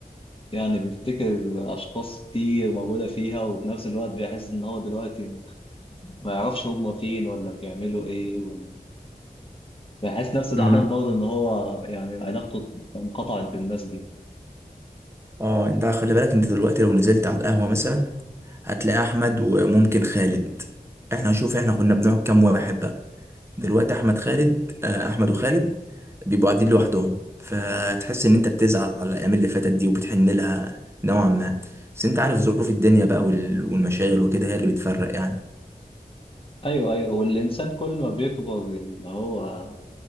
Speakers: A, on the left; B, on the right.
A: يعني بيفتكر أشخاص كتير موجودة فيها وفي نفس الوقت بيحس إن هو دلوقتي ما يعرفش هما فين ولا بيعملوا إيه ولا بيحس نفسه زعلان
B: أمم.
A: برضه إن هو يعني علاقته انقطعت بالناس دي
B: اه انت خلي بالك انت دلوقتي لو نزلت على القهوة مثلا هتلاقي احمد وممكن خالد احنا شوف احنا كنا بنقعد كام واحد بقى دلوقتي احمد خالد آه، احمد وخالد بيبقوا قاعدين لوحدهم فتحس ان انت بتزعل على الايام اللي فاتت دي وبتحن لها نوعا ما بس انت عارف ظروف الدنيا بقى وال- والمشاغل وكده هي اللي بتفرق يعني
A: أيوه أيوه والإنسان كل ما بيكبر اللي هو